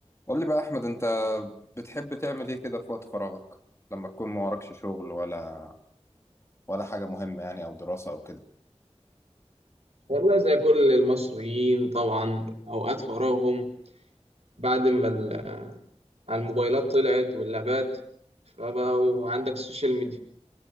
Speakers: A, on the left (about 25°); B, on the right (about 65°).
A: قول لي بقى احمد انت بتحب تعمل ايه كده في وقت فراغك لما تكون ما وراكش شغل ولا ولا حاجه مهمه يعني او دراسه او كده
B: والله زي كل المصريين طبعا أوقات فراغهم بعد ما ال- على الموبايلات طلعت واللابات فبقوا عندك السوشيال ميديا